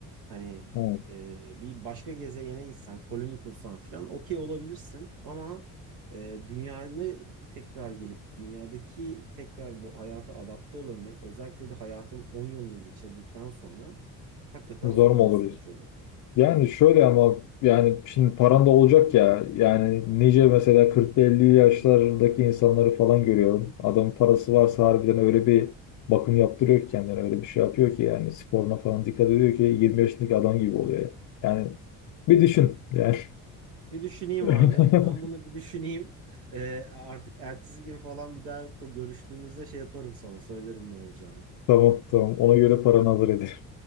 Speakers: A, on the right; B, on the left.
A: Hani
B: Ha,
A: e, bir başka gezegene gitsen, koloni kursan falan okey olabilirsin ama e, dünyanı tekrar gelip dünyadaki tekrar bu hayata adapte olabilmek özellikle de hayatın 10 yılını geçirdikten sonra hakikaten
B: Zor
A: zor
B: mu oluruz?
A: bir süreç olurdu.
B: Yani şöyle ama yani şimdi paran da olacak ya. Yani nice mesela kırk, elli yaşlardaki insanları falan görüyorum. Adamın parası varsa harbiden öyle bir bakım yaptırıyor ki kendine öyle bir şey yapıyor ki yani sporuna falan dikkat ediyor ki 20 yaşındaki adam gibi oluyor. Yani bir düşün yani.
A: Bir düşüneyim
B: <laughs>
A: abi. Ben bunu bir düşüneyim. E, artık ertesi gün falan bir daha ko- görüştüğümüzde şey yaparım sana söylerim ne olacağını.
B: Tamam tamam ona göre paranı hazır